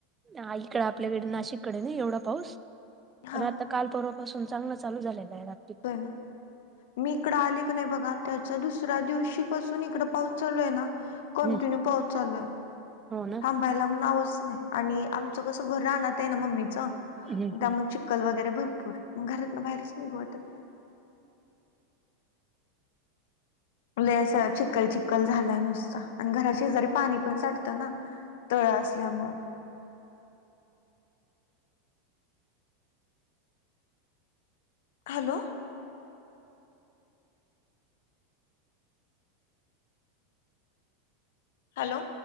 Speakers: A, on the right; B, on the left.
A: आईकड आपल्याकडे नाशिककडे नाही एवढा पाऊस
B: हा
A: प आता कालपर्वापासून चांगलं चालू झालेलं आहे रात
B: हो ना मी इकड आले क नाही बघा त्याच्या दुसऱ्या दिवशी पासून इकड पाऊस चालू आहे ना. कंटीन्यू
A: हम्म
B: पाऊस चालू आहे.
A: हो ना.
B: बैलारामच नाही आणि आमचं कसं घर रानात आहे ना मम्मीचं
A: हम्म
B: त्यामुळे
A: हम्म.
B: चिख चकल वगैरे भरपूर मग घरात ना बाहेरच निघू वाटत नाही. लस चिकखल चिक्खल झालंय नुसत आणि घरा शेजारी पाणी पण साटतं ना. तळ असल्यामुळे. हॅलो! हॅलो!